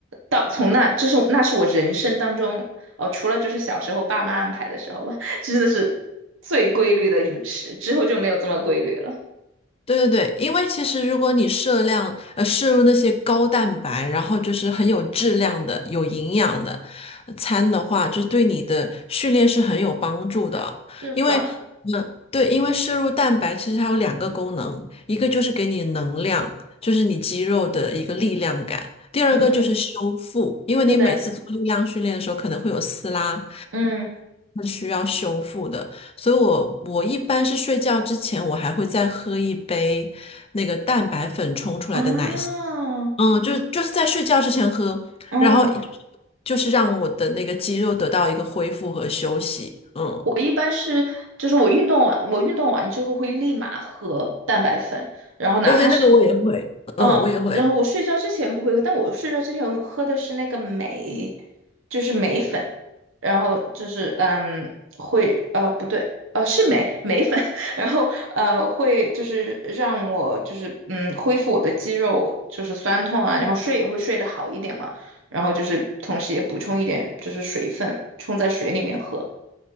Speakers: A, on the right; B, on the left.
A: 到从那，这是那是我人生当中哦，除了就是小时候爸妈安排的时候吧，<laughs> 真的是最规律的饮食，之后就没有这么规律了，
B: 对对对，因为其实如果你摄量呃摄入那些高蛋白，然后就是很有质量的、有营养的呃餐的话，就是对你的训练是很有帮助的。
A: 是吧？
B: 因为嗯，对，因为摄入蛋白其实它有两个功能，一个就是给你能量，就是你肌肉的一个力量感；第二个就是修复，
A: 嗯，
B: 因为你每次做力量训练的时候可能会有撕拉，
A: 对，嗯
B: 是需要修复的，所以我我一般是睡觉之前，我还会再喝一杯那个蛋白粉冲出来的奶昔，
A: 啊，
B: 嗯，就是就是在睡觉之前喝，
A: 嗯，
B: 然后就是让我的那个肌肉得到一个恢复和休息，嗯，
A: 我一般是就是我运动完，我运动完之后会立马喝蛋白粉，然后哪怕是
B: 对对，那个我也会，
A: 嗯，
B: 嗯，我也会，
A: 然后我睡觉之前不会喝，但我睡觉之前喝的是那个镁，就是镁粉，然后就是嗯会呃不对呃是镁镁粉，<laughs> 然后呃会就是让我就是嗯恢复我的肌肉就是酸痛啊，然后睡也会睡得好一点嘛，然后就是同时也补充一点就是水分，冲在水里面喝，